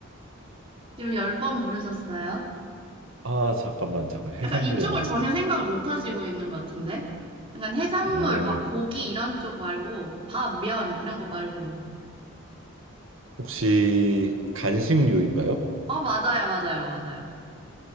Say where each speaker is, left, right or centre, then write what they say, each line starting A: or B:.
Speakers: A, on the right; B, on the right.
A: 지금 열 번 물으셨어요.
B: 아, 잠깐만, 잠깐. 해산물이
A: 약간 이쪽을
B: 아니다.
A: 전혀 생각을 못 하시고 있는 것 같은데? 약간 해산물,
B: 어.
A: 막 고기 이런 쪽 말고, 밥, 면, 이런 거 말고.
B: 혹시 간식류인가요?
A: 어, 맞아요, 맞아요, 맞아요.